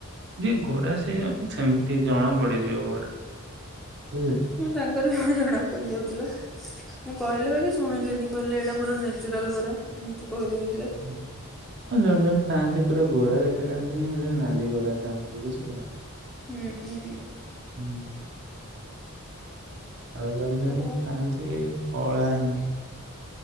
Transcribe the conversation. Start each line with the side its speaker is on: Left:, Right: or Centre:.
Right: ଯିଏ ଗୋରା ସିଏ ସେମ୍ତି ଜଣା ପଡିଯିବ ଗୋରା। ବୁଝିଲେ?
Centre: ହଁ, ତାଙ୍କର ବି ଜଣା ପଡି ଯାଉଥିଲା। ମୁଁ କହିଲି ବାକି ଶୁଣିଲିନି କହିଲେ ଏଇଟା ମୋର ନେଚୁରାଲ୍ ଗୋରା। ଏମ୍ତି କହିଲେକି ସେ।
Right: ହୁଁ। <inaudible> ହଁ, ଜଣେ ଜଣ ଥାଆନ୍ତି ପୁରା ଗୋରା ଦେଖାଯାଆନ୍ତିନି ହେଲେ ନାଲି ଗୋରା ଥାଆନ୍ତି ବୁଝିଲେ?
Centre: ହୁଁ ହୁଁ।
Right: ହଁ, ଆଉ ଜଣେ ଜଣେ
Centre: ଆଉ
Right: ଥାଥାନ୍ତି। ସିଏ କଳା ହିଁ।